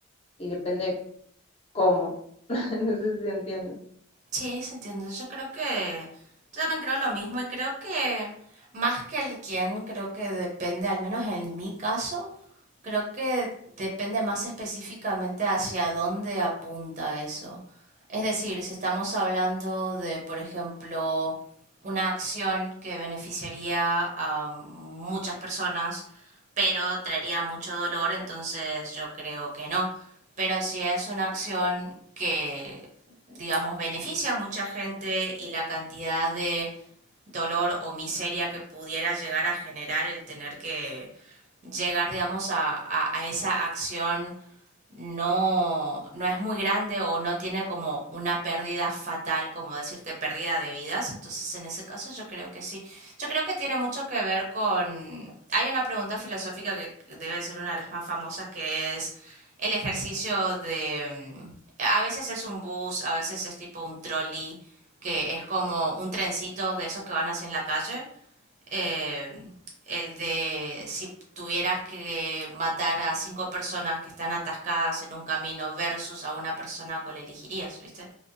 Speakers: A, on the left; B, on the right.
A: y depende ¿Cómo? <laughs> No sé si entiendo.
B: Sí, se entiende. Yo creo que, yo también creo lo mismo y creo que más que el quién, creo que depende, al menos en mi caso, creo que depende más específicamente hacia dónde apunta eso. Es decir, si estamos hablando de, por ejemplo, una acción que beneficiaría a muchas personas, pero traería mucho dolor, entonces yo creo que no. Pero si es una acción que digamos, beneficia a mucha gente y la cantidad de dolor o miseria que pudiera llegar a generar el tener que llegar, digamos, a, a- a esa acción no, no es muy grande o no tiene como una pérdida fatal, como decirte, pérdida de vidas. Entonces, en ese caso, yo creo que sí. Yo creo que tiene mucho que ver con... Hay una pregunta filosófica que debe ser una de las más famosas, que es el ejercicio de... mm, a veces es un bus, a veces es tipo un trolley, que es como un trencito de esos que van hacia en la calle. Eh, el de si tuvieras que matar a cinco personas que están atascadas en un camino versus a una persona, ¿cuál elegirías, viste?